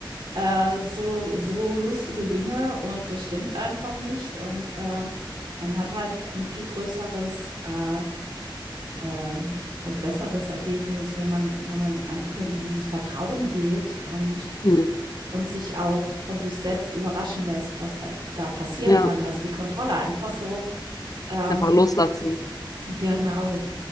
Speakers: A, on the right (about 65°); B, on the left (about 45°).
A: äh, so, so lustige Dinge und das stimmt einfach nicht und äh, man hat halt ein viel größeres äh, äh, und besseres Ergebnis, wenn man, wenn man einfach in dieses Vertrauen geht und,
B: Mhm.
A: und sich auch von sich selbst überraschen lässt, was äh, da passieren
B: Ja,
A: kann. Also die Kontrolle einfach so, ähm,
B: einfach loslassen.
A: genau.